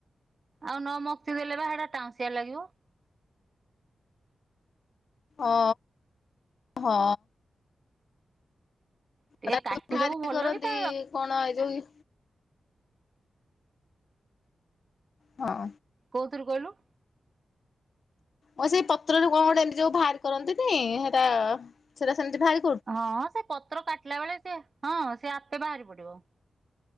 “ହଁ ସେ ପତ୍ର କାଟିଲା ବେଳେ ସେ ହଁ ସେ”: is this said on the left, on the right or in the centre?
Right